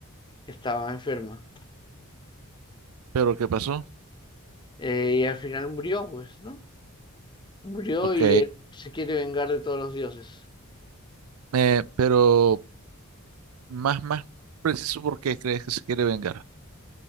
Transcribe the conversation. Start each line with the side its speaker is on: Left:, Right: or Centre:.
Left: que estaba enferma.
Right: ¿Pero qué pasó?
Left: Eh, y al final murió, pues, ¿no? Murió
Right: Ok.
Left: y él se quiere vengar de todos los dioses,
Right: Eh, pero... Más, más preciso porque crees que se quiere vengar.